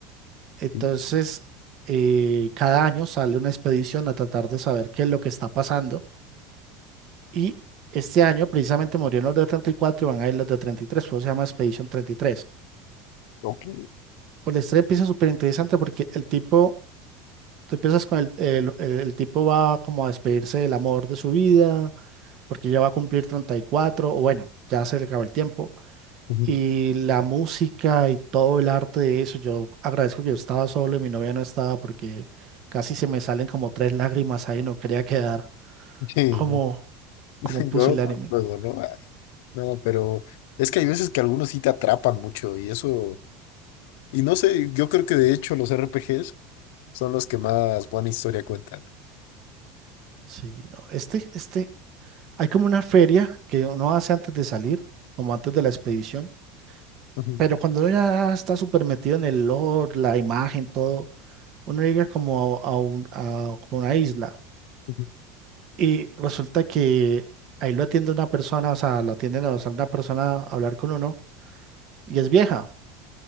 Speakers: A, on the right; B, on the left.
A: Entonces,
B: Sí,
A: eh, cada año sale una expedición a tratar de saber qué es lo que está pasando. Y este año precisamente murieron los de treinta y cuatro y van a ir los de 33, por eso se llama Expedition 33.
B: Ok.
A: Pues la historia empieza súper interesante porque el tipo, tú empiezas con el, el el- el tipo va como a despedirse del amor de su vida, porque ya va a cumplir 34, o bueno, ya se le acabó el tiempo
B: Ujú.
A: Y la música y todo el arte de eso, yo agradezco que yo estaba solo y mi novia no estaba porque casi se me salen como tres lágrimas ahí, no quería quedar
B: Sí,
A: como,
B: no, <laughs>
A: como un pusilánime.
B: lloro con el juego, ¿no? Ah, No, pero es que
A: Uh,
B: hay veces que algunos sí te atrapan mucho y eso, y no sé, yo creo que de hecho los RPGs son los que más buena historia cuentan.
A: Sí, no, este, este, hay como una feria que uno hace antes de salir, como antes de la expedición,
B: Ujú,
A: pero cuando uno ya está súper metido en el lore, la imagen, todo, uno llega como a, a un- a- como una isla
B: ujú,
A: Y resulta que ahí lo atiende una persona, o sea, lo atienden o sale una persona a hablar con uno y es vieja.